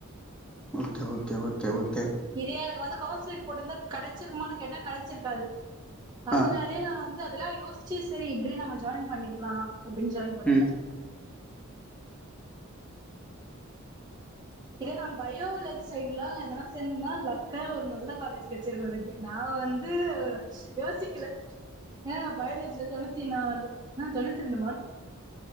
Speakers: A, in the centre; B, on the right (about 20°).
A: ஓகே ஓக்கே ஓக்கே ஓக்
B: இதே எனக்கு வந்து கொவ் போட்டுந்த கடச்சியிக்குமானு கெட்டா கழச்சிருக்காது அதனாலயே
A: ஆ
B: நா வந்து அதெல்லாம் யோசிச் சி சரி பி எட் நம்ப ஜாயின் பண்ணிக்கலா அப்டின்னு ஜாயின் பண்ணிட்ட
A: ம்
B: இதே நான் பயோலஜி சைட் எல்லா எதனா சேர்ந்தனா லக்கா ஒரு நல்ல காலேஜ் கெச்சிருக்கும் எனக்கு நான் வந் து சி யோசிக்கல அ பயாலஜி தொண்ணூத்தி நாலு ஆ தொண்ணூத்தி ரெண்டு மார்க்